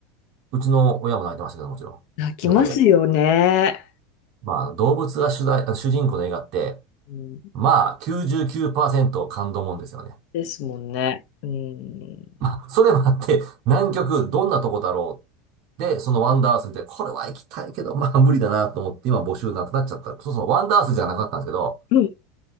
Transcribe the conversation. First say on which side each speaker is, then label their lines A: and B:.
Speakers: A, on the right (about 55°); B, on the left (about 60°).
A: うちの親も泣いてましたけど、もちろん。
B: 泣きますよね。
A: 横で。まあ、動物が主題、あ主人公の映画って、
B: うん、
A: まあ、99%感動もんですよね。<laughs>
B: ですもんね。うん。
A: まあ、それもあって、南極どんなとこだろう。で、そのワンダース見て、これは行きたいけど、まあ無理だなと思って、今募集なくなっちゃった。そうそう、ワンダースじゃなくなったんですけど、
B: うん